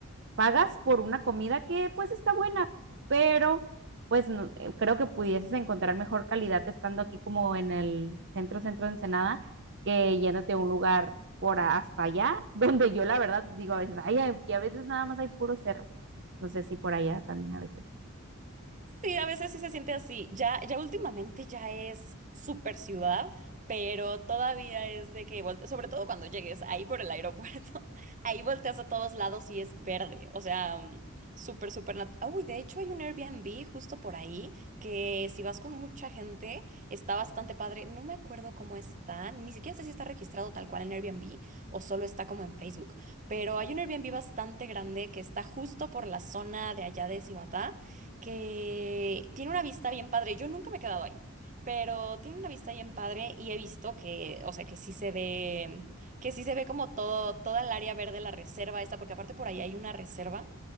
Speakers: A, on the right; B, on the right.
A: pagas por una comida que pues está buena, pero pues no- eh, creo que pudieses encontrar mejor calidad estando aquí como en el centro, centro de Ensenada, que yéndote a un lugar por a- hasta allá, <laughs> donde yo la verdad digo a veces, ay, aquí a veces nada más hay puro cerro. No sé si por allá también a veces.
B: Sí, a veces sí se siente así. Ya, ya últimamente ya es super ciudad, pero todavía es de que volte- sobre todo cuando llegues ahí por el aeropuerto, <laughs> ahí volteas a todos lados y es verde. O sea, mm, súper, súper nat- Ah, Uy, de hecho hay un Airbnb justo por ahí que si vas con mucha gente está bastante padre. No me acuerdo cómo está, ni siquiera sé si está registrado tal cual en Airbnb o solo está como en Facebook, pero hay un Airbnb bastante grande que está justo por la zona de allá de Cibatá que tiene una vista bien padre. Yo nunca me he quedado ahí, pero tiene una vista bien padre y he visto que, o sea, que sí se ve, que sí se ve como todo, toda el área verde, la reserva esta, porque aparte por ahí hay una reserva